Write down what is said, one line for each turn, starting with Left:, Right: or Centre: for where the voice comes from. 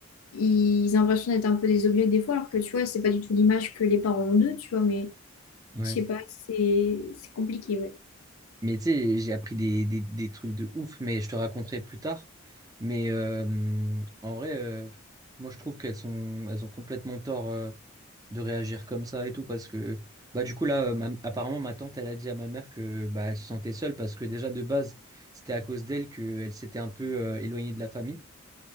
Left: ils ont l'impression d'être un peu des objets des fois, alors que tu vois, c'est pas du tout l'image que les parents ont d'eux, tu vois, mais
Right: Ouais.
Left: je sais pas, c'est, c'est compliqué, ouais.
Right: Mais tu sais, j'ai appris des, des, des trucs de ouf, mais je te raconterai plus tard. Mais euh, en vrai, euh, moi, je trouve qu'elles sont, elles ont complètement tort euh, de réagir comme ça et tout. Parce que, bah, du coup, là, euh, ma- apparemment, ma tante, elle a dit à ma mère que, bah, elle se sentait seule parce que déjà, de base, c'était à cause d'elle qu'elle s'était un peu euh, éloignée de la famille.